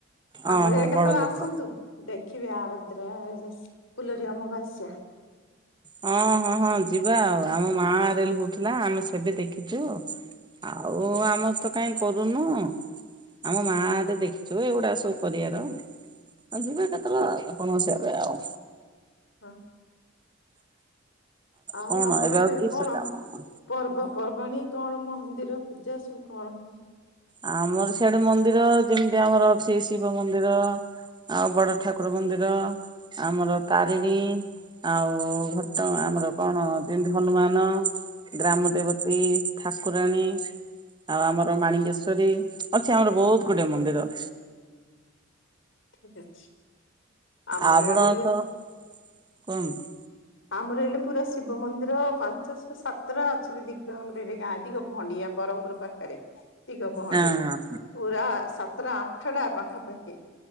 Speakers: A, on the left; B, on the right.
A: ଆମର
B: ଓହୋ
A: ଏୟା କେତେବେଳେ
B: ବଡ ଲୋକ
A: ଆସନ୍ତୁ। ଦେଖିବି ଆରଦ୍ରା ଫୁଲୋରି ଅମାବାସ୍ୟା।
B: ହଁ ହଁ ହଁ ଯିବା ଆଉ ଆମ ମା ଆର ହଉଥିଲା ଆମେ ସେବେ ଦେଖିଛୁ ଆଉ ଆମର ତ କାହିଁ କରୁନୁ। ଆମ ମା ଦେଖିଛୁ ଏଗୁଡା ସବୁ କରିବାର। ଯିବା କେତେଳେ ଆପଣସିଆରେ ଆଉ।
A: ହଁ। ଆଉ
B: କଣ
A: ଆପଣ
B: ଏବେ ଆଉ
A: ସେ
B: କିସ
A: କଣ?
B: କାମ
A: ପର୍ବପର୍ବାଣୀ କଣ ମନ୍ଦିର ପୂଜା ସବୁ କଣ ହୁ
B: ଆମର ସିଆଡେ ମନ୍ଦିର ଯେମିତି ଆମର ଅ ସେ ଶିବ ମନ୍ଦିର ଆଉ ବଡ ଠାକୁର ମନ୍ଦିର ଆମର ତାରିଣୀ ଆଉ ଘଟ ଆମର କଣ ଯେମତି ହନୁମାନ ଗ୍ରାମ ଦେବତୀ ଠାକୁରାଣୀ ଆଉ ଆମର ମାଣଙ୍ଗେଶ ଅଛି ଆମର ବହୁତ ଗୁଡେ ମନ୍ଦିର।
A: ଠିକ ଅଛି ଆମର
B: ଆପଣ
A: ଏଡେ
B: ତ କଅନ୍ତୁ
A: ଆମର ହେଲେ ପୁରା ଶିବ ମନ୍ଦିର ପାଞ୍ଚଶହ ସାତଟା ଅଛନ୍ତି ଦିଗ ଆମର ଗାଁ ଦିଗ ଖଣ୍ଡିଆ ବ୍ରହମପୁର ପାଖରେ ତିଗ ପହଣ୍ଡି
B: ହଁ ହଁ
A: ପୁରା ସାତଟା ଆଠ ଟା ପାଖାପାଖି